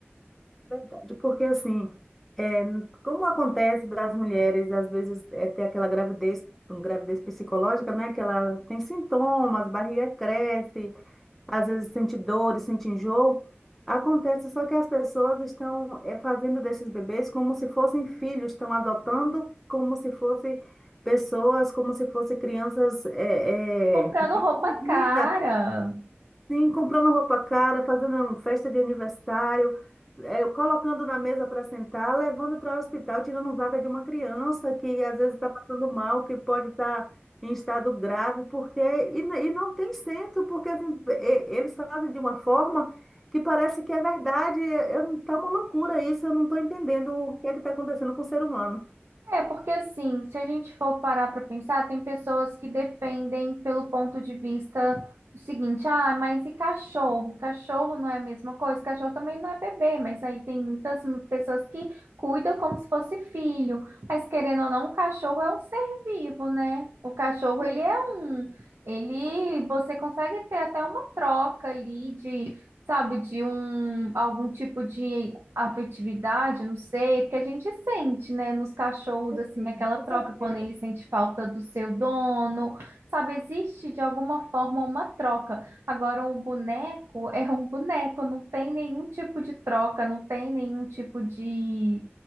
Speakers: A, in the centre; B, on the right.
A: Verdade, Porque assim, é, como acontece das mulheres, às vezes, é ter aquela gravidez, uma gravidez psicológica, né? Que ela tem sintomas, barriga cresce, às vezes sente dores, sente enjoo. Acontece só que as pessoas estão é, fazendo desses bebês como se fossem filhos, estão adotando como se fossem pessoas, como se fossem crianças é,
B: Comprando
A: é, de
B: roupa
A: comida.
B: cara.
A: Sim, comprando roupa cara, fazendo um festa de aniversário, eh, colocando na mesa para sentar, levando para o hospital, tirando vaga de uma criança que às vezes está passando mal, que pode estar em estado grave, porque e, n- e não tem senso, porque assim, e- eles fazem de uma forma que parece que é verdade. Está uma loucura isso, eu não estou entendendo o que é que está acontecendo com o ser humano.
B: É, porque assim, se a gente for parar para pensar, tem pessoas que defendem pelo ponto de vista do seguinte, ah, mas e cachorro? Cachorro não é a mesma coisa, cachorro também não é bebê, mas aí tem muitas pessoas que cuidam como se fosse filho, mas querendo ou não, o cachorro é um ser vivo, né? O cachorro,
A: Sim,
B: ele é um, ele, você consegue ter até uma troca ali de sabe, de um algum tipo de afetividade, eu não sei, porque a gente sente, né, nos cachorros assim
A: sim,
B: aquela
A: com
B: troca
A: certeza.
B: quando ele sente falta do seu dono, sabe, existe de alguma forma uma troca. Agora um boneco é um boneco, não tem nenhum tipo de troca, não tem nenhum tipo de